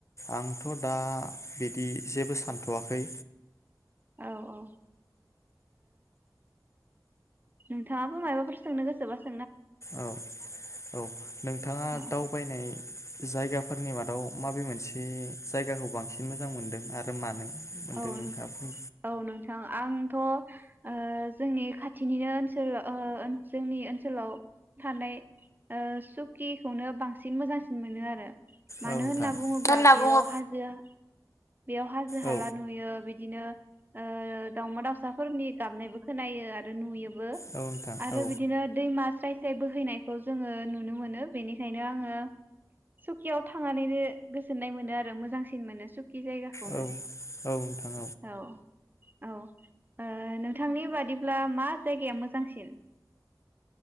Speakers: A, on the left; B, on the right.
A: आंथ दा बिदि जेबो सानथवाखै।
B: औ औ ओ नोंथाङाबो मायबाफोर सोंनो गोसोबा सो
A: औ औ नोंथाङा
B: औ
A: दावबायनाय जायगाफोरनि मादाव माबे मोनसे जायगाखौ बांसिन मोजां मोनदों आरो मानो? मोनदों
B: औ
A: नोंथाङा
B: नोंथां
A: बुं
B: औ नोंथां आंथ ओ जोंनि खाथिनिनो ओनसोल ओ जोंनि ओनसोलाव थानाय ओ सुकिखौनो बांसिन मोजांसिन मोनो आरो मानो
A: औ नोंथां
B: होनना बुङोब्ला
A: होनना
B: बेयाव
A: बुङो
B: हाजो बेयाव हाजो हाला
A: औ
B: नुयो बिदिनो ओ दाउमा दाउसाफोरनि गाबनायबो खोनायो आरो नुयो बो
A: औ नोंथां
B: आरो
A: औ
B: बिदिनो दैमा स्राय स्राय बोहैनायखौ जोङो नुनो मोनो बेनिखायनो आङो सुकियाव थांनानैनो गोजोननाय मोनो आरो मोजांसिन मोनो सुकि कि जायगाखौनो
A: औ औ नोंथां
B: औ। औ ओ नोंथांनि बादिब्ला मा जायगाया मोजांसिन?